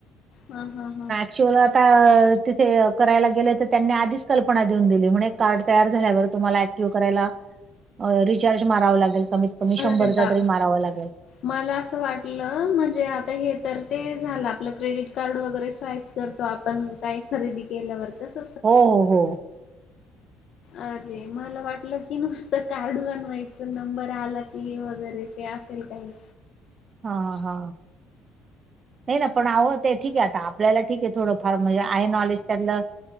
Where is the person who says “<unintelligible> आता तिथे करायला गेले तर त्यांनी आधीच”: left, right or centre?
Right